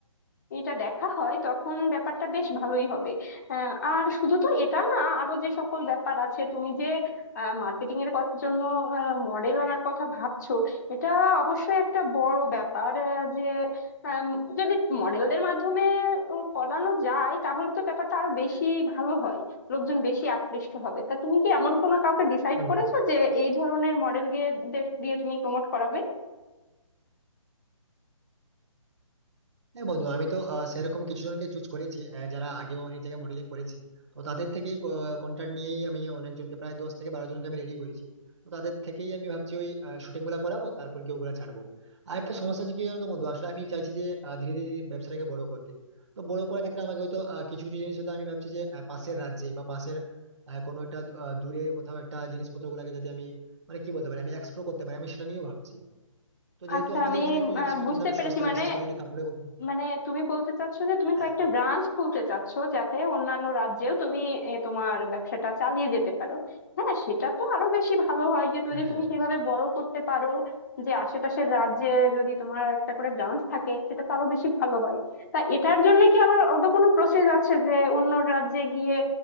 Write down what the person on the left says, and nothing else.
এটা দেখা হয় তখন ব্যাপারটা বেশ ভালোই হবে আহ, আর শুধু তো এটা না আরো যে সকল ব্যাপার আছে তুমি যে মার্কেটিং এর কত- জন্য মডেল আনার কথা ভাবছো এটা অবশ্যই একটা বড় ব্যাপার আহ, যে আম, যদি মডেলদের মাধ্যমে উম, করানো যায় তাহলে তো ব্যাপারটা আরো বেশি ভালো হয় লোকজন বেশি আকৃষ্ট হবে তা তুমি কি এমন কোনো কাউকে ডিসাইড
করেছো যে এই ধরনের মডেল দিয়ে তুমি প্রমোট করাবে
আচ্ছা
আমি
আহ,
বুঝতে
পেরেছি
মানে
মানে তুমি বলতে চাচ্ছো যে তুমি
কয়েকটা ব্রাঞ্চ খুলতে চাচ্ছো যাতে অন্যান্য রাজ্যেও তুমি এ, তোমার ব্যবসাটা চালিয়ে যেতে পারো হ্যাঁ সেটা তো আরো বেশি ভালো হয় যে যদি
তুমি সেভাবে বড় করতে পারো যে আশেপাশের রাজ্যে যদি তোমার একটা করে ব্রাঞ্চ থাকে সেটা তো আরো বেশি ভালো হয় তা এটার জন্য কি আবার অন্য কোনো প্রসেস আছে যে অন্য রাজ্যে গিয়ে